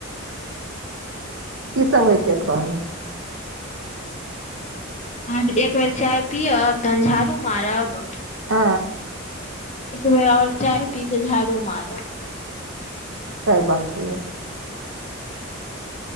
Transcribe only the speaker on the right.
की सब होइ छै एखन
आ
चाय बनती